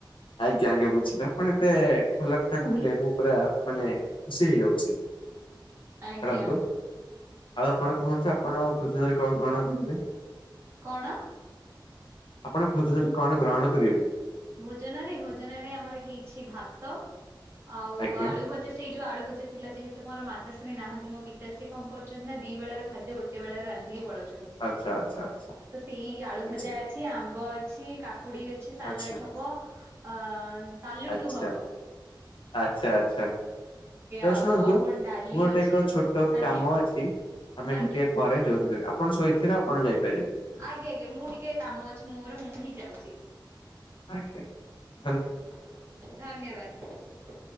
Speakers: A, on the left; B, on the right.
A: ଆଜ୍ଞା ଆଜ୍ଞା ବୁଝିଲି ଆପଣ ଏତେ ଭଲ କଥା କହିଲେ ମୁଁ ପୁରା ମାନେ ଖୁସି ହେଇଯାଉଛି।
B: ଆଜ୍ଞା
A: ଛାଡ଼ନ୍ତୁ
B: ।
A: ଆଉ ଆପଣ କୁହନ୍ତୁ ଆପଣ ଭୋଜନରେ କଣ ଗ୍ରହଣ କରିବେ?
B: କଣ?
A: ଆପଣ ଭୋଜନରେ କଣ ଗ୍ରହଣ କରିବେ?
B: ଭୋଜନରେ ଭୋଜନରେ ଆମର ହେଇଛି ଭାତ । ଆଉ
A: ଆଜ୍ଞା
B: ଆଳୁ ଭଜା ସେଇ ଯୋଉ ଆଳୁ ଭଜା ଥିଲା ଯେହେତୁ ମୋର ମା ତାଶ୍ରୀ ନାହାନ୍ତି ମୋର ପିତାଶ୍ରୀ କଣ କରୁଛନ୍ତି ନା ଦି ବେଳା ର ଖାଦ୍ୟ ଗୋଟେ ବେଳା ରେ ରନ୍ଧିକି ପ ପଳଉଛନ୍ତି
A: ଆଚ୍ଛା ଆଚ୍ଛା ଆଚ୍ଛା
B: ତ ସେଇ ଆଳୁ
A: ଆଚ୍ଛା
B: ଭଜା ଅଛି ଆମ୍ବ ଅଛି କା କୁଡି ଅଛି ସାଲାଟ
A: ଆଚ୍ଛା। ଆଚ୍ଛା
B: ହବ ଆ ସଲୁଟ
A: ଆଚ୍ଛା
B: ହବ ।
A: ଆଚ୍ଛା ଆଚ୍ଛା। ତ
B: ଆଉ
A: ଶୁଣନ୍ତୁ
B: ଆଉ କଣ ଡାଲି
A: ମୋର ଗୋଟେ
B: ଅଛି
A: ଏକ ଛୋଟ
B: ଆଜ୍ଞା
A: କାମ ଅଛି । ଆମେ
B: ଆଜ୍ଞା
A: ଟିକେ ପରେ ଯୋଉ କରିବା। ଆପଣ ସ୍ୱଇଚ୍ଛାରେ ଆପଣ ଯାଇପାରିବେ
B: ଆଜ୍ଞା ଆଜ୍ଞା ମୁଁ ଟିକେ କାମ ଅଛି ମୋର ମୁଁ ହିଁ ଯାଉଛି।
A: ଆଜ୍ଞା ।
B: ଧନ୍ୟବାଦ।